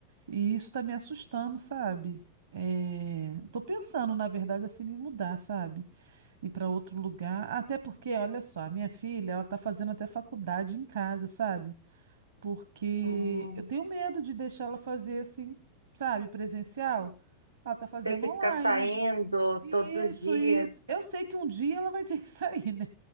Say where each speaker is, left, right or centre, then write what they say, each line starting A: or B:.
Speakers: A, on the right (about 65°); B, on the right (about 85°).
A: E isso tá me assustando, sabe? É... Tô pensando, na verdade, assim, me mudar, sabe? ir para outro lugar. Até porque, olha só, a minha filha, ela tá fazendo até faculdade em casa, sabe? Porque
B: Hum,
A: eu tenho medo de deixar ela fazer assim, sabe, presencial. Ela tá fazendo
B: ter que
A: online.
B: ficar saindo
A: Isso,
B: todos os dias.
A: isso. Eu sei que um dia ela vai ter que <laughs> sair, né?